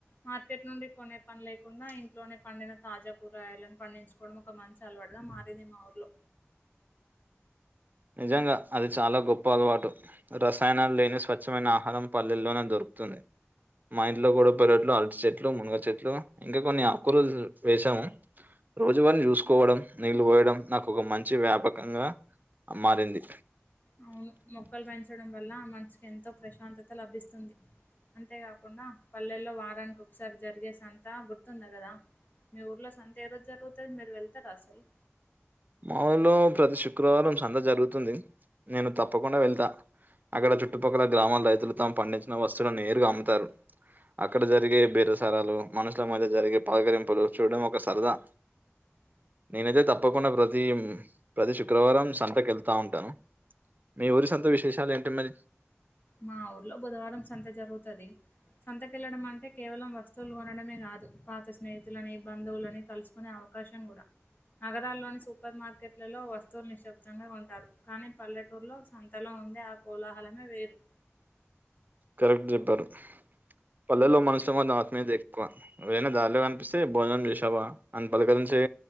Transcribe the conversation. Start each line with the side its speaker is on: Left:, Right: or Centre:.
Left: మార్కెట్ నుండి కొనే పని లేకుండా ఇంట్లోనే పండిన తాజా కూరగాయలుని పండించుకోవడం ఒక మంచి అలవాటు అలా మారేది మా ఊర్లో
Right: నిజంగా అది చాలా గొప్ప అలవాటు రసాయనాలు లేని స్వచ్ఛమైన ఆహారం పల్లెల్లోనే దొరుకు తుంది మా ఇంట్లో కూడా పెరట్లో అరటి చెట్లు మునగ చెట్లు ఇంకా కొన్ని ఆకు కూరలు వేసాము రోజువాటిని చూసుకోవడం నీళ్ళు పోయడం నాకు ఒక మంచి వ్యాపకంగా ఆ మారింది.
Left: అవును మొక్కలు పెంచడం వల్లా మనసుకి ఎంతో ప్రశాంతతా లభిస్తుంది. అంతేకాకుండా పల్లెల్లో వారానికి ఒకసారి జరిగే సంతా గుర్తుంది కదా. మీ ఊర్లో సంతే ఏ రోజు జరుగుతది? మీరు వెళ్తరా అసలు.
Right: మా ఊర్లో ప్రతి శుక్రవారం సంత జరుగుతుంది, నేను తప్పకుండా వెళ్తా. అక్కడ చుట్టుపక్కల గ్రామాల రైతులు తాము పండించిన వస్తువులను నేరుగా అమ్ముతారు. అక్కడ జరిగే బేరసారాలు, మనుషుల మద్య జరిగే పలకరింపులు చూడడం ఒక సరదా. నేనైతే తప్పకుండా ప్రతి ప్రతి శుక్రవారం సంతకు ఎళ్తా ఉంటను. మీ ఊరి సంత విశేషాలు ఏంటి మరి?
Left: మా ఊర్లో బుధవారం సంత జరుగుతది. సంతకి ఎళ్లడం అంటే కేవలం వస్తువులు కొనడమే కాదు. పాత స్నేహితులని, బంధువులని కలుసుకొనె అవ కాశం కుడా నగరాల్లోని సూపర్ మార్కెట్లలో వస్తువులు నిశ్శబ్దంగా కొంటారు కానీ పల్లెటూర్లో సంతలో ఉండే ఆ కోలాహలమే వేరు.
Right: కరెక్ట్ చెప్పారు. పల్లెల్లో మనుషుల మధ్య ఆత్మీయత ఎక్కువ. ఏవరైనా దారిలో కనిపిస్తే భోజనం చేశావా అని పలకరించే చే